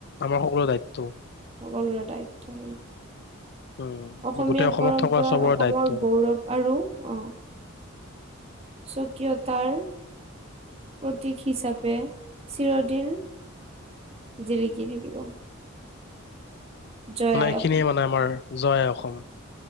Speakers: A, on the left; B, on the right.
A: আমাৰ সকলোৱে দায়িত্ব
B: সকলোৰে দায়িত্ব
A: উম
B: অসমীয়া
A: গোটেই অসমত
B: পৰম্পৰা
A: থকা চবৰে
B: অসমৰ
A: দায়িত্ব
B: গৌৰৱ। আৰু অ স্বকীয়তাৰ প্ৰতীক হিচাপে চিৰদিন জিলিকি থাকিব। জয়
A: মানে
B: আই
A: এইখিনিয়ে
B: অসম,
A: মানে আমাৰ জয় আই অসম।